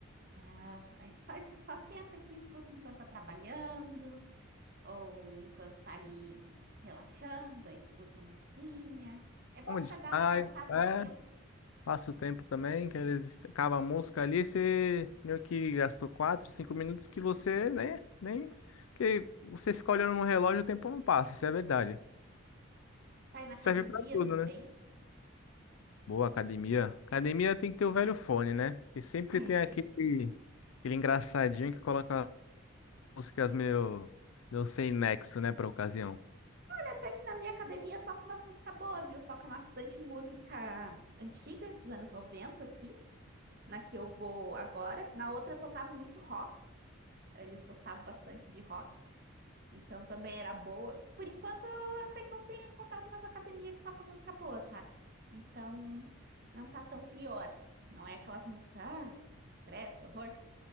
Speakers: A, on the right; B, on the left.
A: Não, a gente só, só senta aqui e escuta enquanto tá trabalhando ou enquanto tá ali relaxando, aí escuta uma musiquinha. É bom
B: Onde
A: para
B: sai?
A: dar uma passada
B: É.
A: no tempo.
B: Passa o tempo também, que eles acabam a música ali, você meio que gastou 4 5 minutos que você nem, nem que você fica olhando no relógio, o tempo não passa, isso é verdade.
A: Tá aí na
B: Serve
A: academia
B: pra tudo,
A: também.
B: né? Boa academia. Academia tem que ter o velho fone, né? E sempre
A: É,
B: tem aquele, aquele engraçadinho que coloca músicas meio, não sei nexo, né, pra ocasião.
A: Até que na minha academia toca umas músicas boas, viu? Toca bastante música antiga, dos anos 90 assim, na que eu vou agora. Na outra tocava muito rock, eles gostavam bastante de rock, então também era boa. Por enquanto, até que eu tenho encontrado umas academias que toca música boa, sabe? Então não tá tão pior. Não é aquelas músicas, ah, credo, que horror,